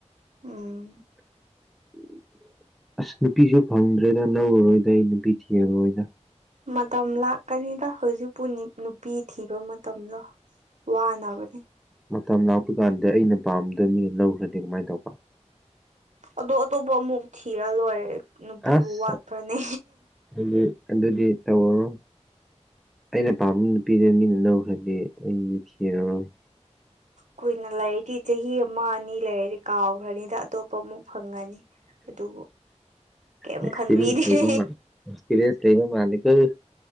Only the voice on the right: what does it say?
ꯎꯝ
ꯃꯇꯝ ꯂꯥꯛꯀꯅꯤꯗ ꯍꯧꯖꯤꯛꯄꯨ ꯅꯨꯄꯤ ꯊꯤꯕ ꯃꯇꯝꯗꯣ ꯋꯥꯅꯕꯅꯦ
ꯑꯗꯣ ꯑꯇꯣꯞꯄ ꯑꯃꯨꯛ ꯊꯤꯔ ꯂꯣꯏꯔꯦ ꯅꯨꯄꯤꯕꯨ
ꯋꯥꯠꯄ꯭ꯔꯅꯦ
ꯀꯨꯏꯅ ꯂꯩꯔꯗꯤ ꯆꯍꯤ ꯑꯃ ꯑꯅꯤ ꯂꯩꯔꯗꯤ ꯀꯥꯎꯈ꯭ꯔꯅꯤꯗ ꯑꯇꯣꯞꯄ ꯑꯃꯨꯛ ꯐꯪꯉꯅꯤ ꯑꯗꯨ ꯀꯔꯤꯝ
ꯈꯟꯕꯤꯗꯦ